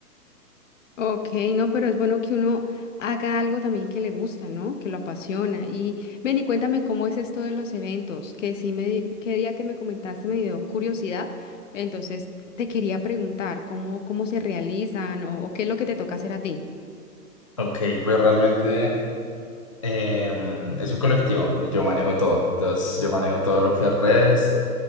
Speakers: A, on the left; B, on the left.
A: Ok, no, pero es bueno que uno haga algo también que le gusta, ¿no? Que lo apasiona. Y ven y cuéntame cómo es esto de los eventos, que sí me, di- qué día que me comentaste me dio curiosidad. Entonces te quería preguntar cómo, cómo se realizan o, o qué es lo que te toca hacer a ti.
B: Ok, pues realmente em, es un colectivo y yo manejo todo. Entonces, yo manejo todo lo que es redes,